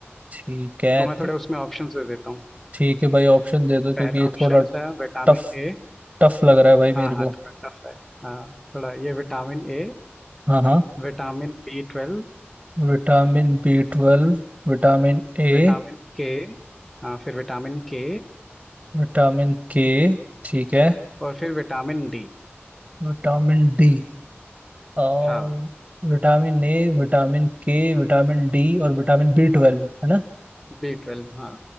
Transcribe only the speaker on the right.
ठीक है
तो
ठीक है भाई ऑप्शन दे दो क्योंकि
ये
थोड़ा
टफ
टफ लग रहा है भाई मेरे
को
हाँ हाँ
Vitamin B twelve Vitamin A
vitamin K ठीक है
विटामिन डी और
vitamin A vitamin K vitamin D और विटामिन बी ट्वेल्व है ना